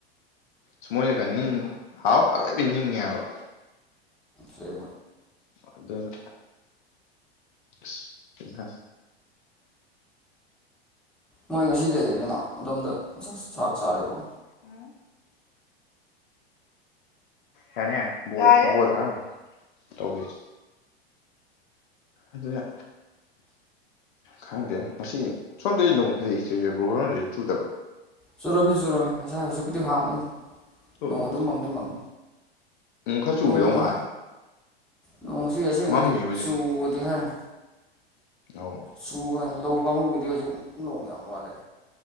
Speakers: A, on the left; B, in the centre.
A: ꯁ ꯃꯣꯏꯅ ꯀ ꯅꯤꯡꯕ ꯍꯥꯎ ꯑꯔꯣꯏꯕꯤ ꯅꯤꯡꯉꯦ ꯍꯥꯏꯕ
B: ꯁꯦꯝ
A: ꯑꯗꯨ ꯑꯗꯨ ꯑꯁ ꯇꯧꯔꯤꯖꯦꯍ
B: ꯃꯣꯏ ꯉꯁꯤꯗ ꯂꯩꯕꯅ ꯑꯗꯣꯝꯗ ꯆꯥꯛ ꯆꯥꯔꯤꯕꯣ
A: ꯑꫭ ꯌꯥꯅꯤ ꯌꯥꯅꯤ ꯕꫭꯜ ꯊꯥꯔꯝꯕꯩꯅꯦ ꯇꯧꯒꯔꯤꯗꯨ ꯑꯗꯨꯅ ꯈꯪꯗꯦ ꯉꯁꯤ ꯁꯣꯝꯗꯗꯤ ꯅꯣꯡ ꯈꯖꯤꯛ ꯈꯖꯤꯛ ꯆꯨꯏꯌꯦ ꯂꯕꯨꯛ ꯂꫭꯝꯗꯒꯤ ꯆꯨꯗꯕꯔꫭ
B: ꯆꯨꯔꯝꯃꯤ ꯆꯨꯔꯝꯃꯤ ꯉꯁꯥꯏ ꯍꯧꯖꯤꯛꯄꯨꯗꯤ ꯍꯥꯡꯉꯤꯕꯩꯅꯦ
A: ꯎꯝ
B: ꯅꯣꯡ ꯑꯗꯨꯝ ꯃꯪꯗꯤ ꯃꯪ
A: ꯈꯔ ꯆꯨꯈꯤꯗꯧ
B: ꯅꯣꯡꯒ
A: ꯃꯥꯜꯂꯦ
B: ꯅꯣꯡꯁꯤ ꯑꯁꯦꯡꯕꯗꯤ
A: ꯃꯝꯃꯤ
B: ꯁꯨꯕꯗꯤ ꯍꯥꯏꯔꯤ
A: ꯑ
B: ꯁꯨꯒꯅ ꯂꯧ ꯀꯥꯡꯕꯨꯒꯤꯗꯤ ꯍꯧꯖꯤꯛ ꯅꯣꯡ ꯌꯥꯝ ꯋꯥꯠꯂꯦ